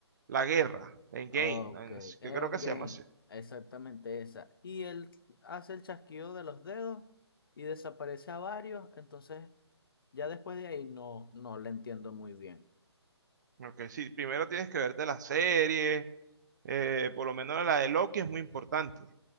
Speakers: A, on the right; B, on the left.
A: la guerra, en
B: Ok,
A: Game,
B: Endgame.
A: que creo que se llama así.
B: Exactamente esa. Y él hace el chasquido de los dedos y desaparece a varios. Entonces Ya después de ahí no, no la entiendo muy bien.
A: Ok, sí, primero tienes que verte la serie, eh, por lo menos la de Loki es muy importante.